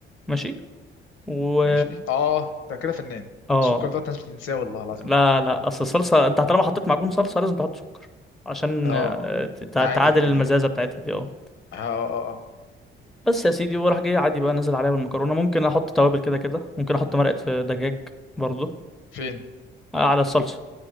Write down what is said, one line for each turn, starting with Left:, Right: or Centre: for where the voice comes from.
Centre: ماشي و
Left: ماشي اه انت كده فنان
Centre: اه
Left: السكر ده ناس بتنساه والله العظيم
Centre: لا لا اصل الصلصه انت طالما حطيت معجون صلصه لازم تحط سكر عشان
Left: اه
Centre: آه، تع-
Left: تعادل
Centre: تعادل
Left: الدنيا
Centre: المزازه بتاعتها دي اه
Left: اه اه اه آه.
Centre: بس يا سيدي وراح جاي عادي بقى نازل عليها بالمكرونه ممكن احط توابل كده كده ممكن احط مرقه في دجاج برضو
Left: فين
Centre: آه، على الصلصه